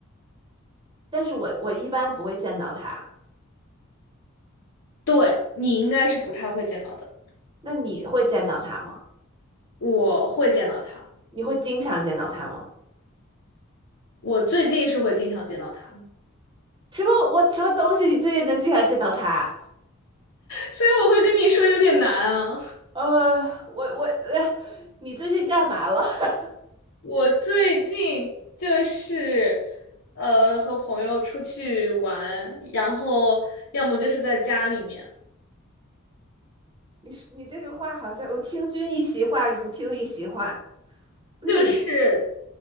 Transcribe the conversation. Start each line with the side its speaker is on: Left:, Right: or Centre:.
Right: 但是我我一般不会见到他。
Left: 对，你应该是不太会见到的，
Right: 那你会见到他吗？
Left: 我会见到它，
Right: 你会经常见到他吗？
Left: 我最近是会经常见到它的，
Right: 什么我什么东西你最近能经常见到他？
Left: 所以我会跟你说有点难啊。
Right: 呃，我我呃，你最近干嘛了？<laughs>
Left: 我最近就是呃和朋友出去玩，然后要么就是在家里面，
Right: 你是你这个话好像我听君一席话，如听一席话。嗯
Left: 就是